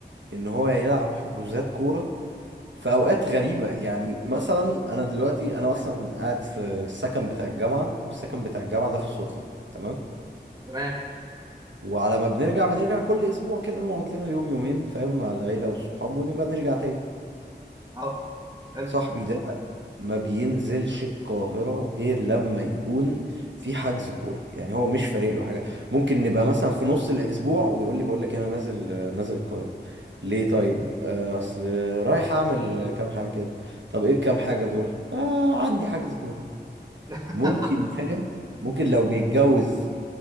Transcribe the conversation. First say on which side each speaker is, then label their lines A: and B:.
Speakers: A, on the right; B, on the right.
A: ان هو يلعب حجوزات كوره في اوقات غريبه يعني مثلا انا دلوقتي انا اصلا قاعد في السكن بتاع الجامعه والسكن بتاع الجامعه ده في السخنه تمام
B: تمام
A: وعلى ما بنرجع بنرجع كل اسبوع كده نقعد لنا يوم يومين فاهم مع العيلة والصحاب ونبقى نرجع تاني
B: اه حلو
A: صاحبي ده ما بينزلش القاهرة غير لما يكون في حجز كورة يعني هو مش فارق له حاجة ممكن نبقى مثلا في نص الاسبوع ويقول لي بقول لك انا نازل نازل القاهرة ليه طيب آه، اصل رايح اعمل كام حاجة كده طب ايه الكام حاجة دول آه عندي حجز كورة
B: <laughs>
A: ممكن فاهم ممكن لو بيتجوز